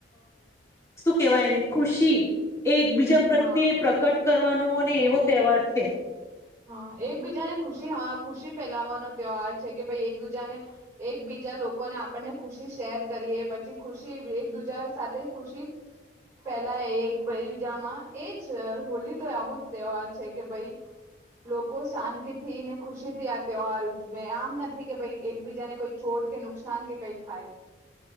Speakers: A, on the left; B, on the right.
A: શું કેહેવાયને ખુશી. એ એક બીજા પ્રત્યે
B: હા
A: પ્રકટ કરવાનું. ને એવો તહેવાર છે.
B: હા એકબીજાને ખુશી ખુશી ફેલાવાનો તહેવાર છે કે ભાઈ એક દૂજાને, એકબીજા લોકોને આપણને ખુશી શેર કરીએ પછી ખુશી એક દુજા સાથે ખુશી, ફેલાય એકબીજામાં એજ હોલી તો આવું જ તહેવાર છે કે ભાઈ લોકો શાંતિ થી ને ખુશીથી આ તહેવાર ઉજવે આમ નથી કે ભાઈ એકબીજાને કોઈ ચોટ કે નુકસાન કે કઈ થાય.